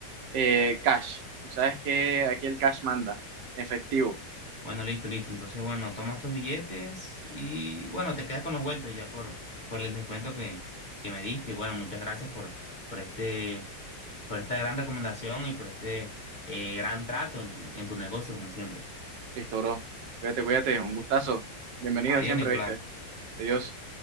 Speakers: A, on the right; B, on the left.
A: Eh, cash. Tú sabes que aquí el cash manda. Efectivo.
B: Bueno, listo, listo. Entonces, bueno, toma tus billetes y bueno, te quedas con los vueltos ya por, por el descuento que, que me diste. Y bueno, muchas gracias por, por este. por esta gran recomendación y por este eh, gran trato en tu, en tu negocio, como siempre.
A: Listo, bro. Cuídate, cuídate. Un gustazo. Bienvenido
B: Adiós,
A: siempre,
B: Nicolás.
A: ¿viste? Adiós.